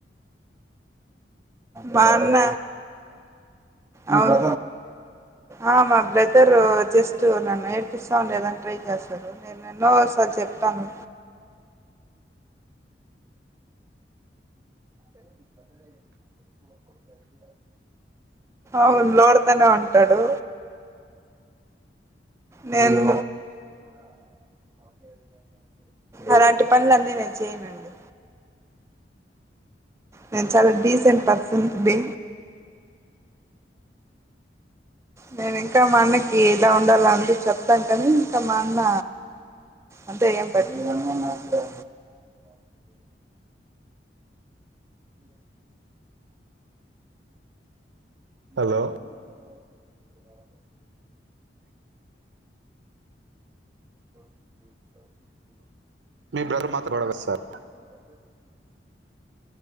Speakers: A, on the right; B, on the right.
A: మా అన్న అవును ఆ మా బ్రదర్ జస్ట్ నన్ను ఏడిపిస్తా ఉండు ఏదైనా ట్రై చేస్తాడు నేను ఎన్నో సార్లు చెప్తాను అవును లోడతానే ఉంటాడు నేను అలాంటి పనులన్నీ నేను చేయనండి నేను చాలా డీసెంట్ పర్సన్ ని నేను ఇంకా మా అన్నకి ఇలా ఉండాల అందు చెప్తాను కానీ ఇంకా మా అన్న అంతే ఏం పట్టించుకోడు
B: హలో మీ బ్రదర్ మాత్రం గొడవ చేస్తారు